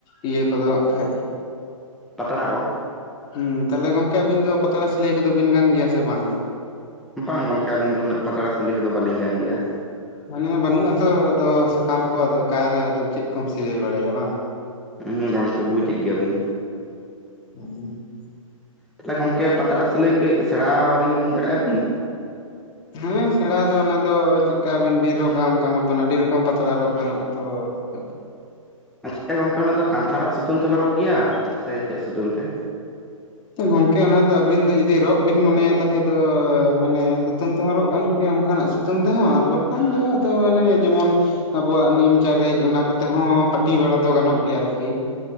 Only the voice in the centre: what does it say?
ᱯᱟᱛᱲᱟ ᱠᱚ
ᱵᱟᱝ ᱜᱚᱢᱠᱮ ᱟᱹᱞᱤᱧ ᱫᱚ ᱩᱱᱟᱹᱜ ᱯᱟᱛᱲᱟ ᱥᱤᱞᱟᱹᱭ ᱠᱚᱫᱚ ᱵᱟᱞᱤᱧ ᱜᱟᱱ ᱜᱮᱭᱟ᱾
ᱦᱩᱸ ᱜᱚᱢᱠᱮ ᱵᱩᱡᱮᱜ ᱜᱮᱭᱟ ᱵᱤᱱ᱾
ᱛᱟᱦᱞᱮ ᱜᱚᱢᱠᱮ ᱯᱟᱛᱲᱟ ᱥᱤᱞᱟᱹᱭ ᱠᱟᱹᱡ ᱥᱮᱬᱟ ᱟᱹᱞᱤᱧ ᱫᱟᱲᱮᱭᱟᱜᱼᱟ ᱵᱤᱱ?
ᱟᱪᱪᱷᱟ ᱜᱚᱢᱠᱮ ᱚᱱᱟ ᱫᱚ ᱠᱟᱱᱛᱷᱟ ᱨᱚᱜᱽ ᱥᱩᱛᱟᱹᱢ ᱛᱮᱵᱮᱱ ᱨᱚᱜᱽ ᱜᱮᱭᱟ ᱥᱮ ᱪᱮᱫ ᱥᱩᱛᱟᱹᱢ ᱛᱮ?